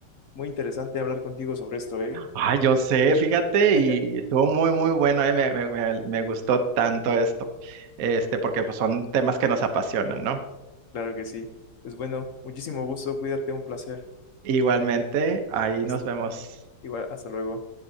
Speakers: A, on the left; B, on the right.
A: muy interesante hablar contigo sobre esto, ¿eh?
B: Ah, yo sé, fíjate,
A: <laughs>
B: y estuvo muy, muy bueno, eh, me, me- me- me gustó tanto esto, este, porque pues son temas que nos apasionan, ¿no?
A: Claro que sí. Pues bueno, muchísimo gusto, cuídate, un placer.
B: Igualmente, ahí
A: Hasta-
B: nos vemos.
A: igual, hasta luego.